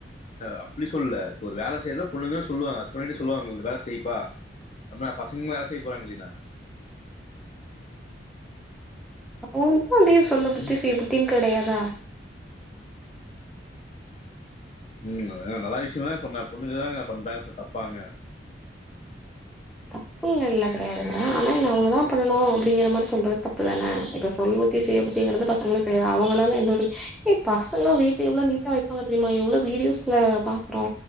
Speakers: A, on the left; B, in the centre.
A: அப்டி சொல்லல இப்ப ஒரு வேலை செய்யறதா பொண்ணுங்கு சொல்லுவாங்க சொன்னிட்டு சொல்லுவாங்க வேலை செய்யப்பா அ பசங்கும் வேலை செய்ய போறாங்க இல்லையனா
B: உ ந்தி சொந்த புத்தி
A: ம்
B: சுய புத்தின்னு கிடையாதா
A: உம் ஏ நல்லா விஷய த சொன்னே பொண்ணுக்குதாங்க பண்றாங்கு சொன்ன தப்பாங்க
B: தப்பு இல்ல கிடையாதுங்க ஆனா என்ன அவங்கதான் பண்ணணு அப்படிங்கிற மாதிரி சொல்றது தப்புதானே இப்ப சொல்பத்தி சுய புத்திங்கிறது பசங்களு கிடையாது அவங்களால எந்த ஒரு ஏ பசங்களு வீட்டு எவ்வளவு நீட்டா வைப்பாங்க தெரியுமா எவ்ளோ வீடியோஸ்ல பாக்குறோ